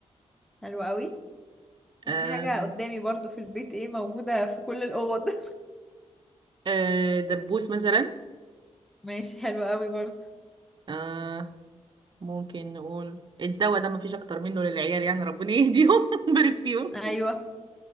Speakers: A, in the centre; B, on the right.
A: حلو قوي وفي
B: آه.
A: حاجة قدامي برضو في البيت ايه موجودة في كل الأوض <laughs>
B: آه. دبوس مثلا
A: ماشي حلو قوي برضو
B: آه. ممكن نقول الدواء ده مفيش اكتر منه للعيال يعني ربنا يهديهم <laughs> ويبارك فيهم
A: ايوه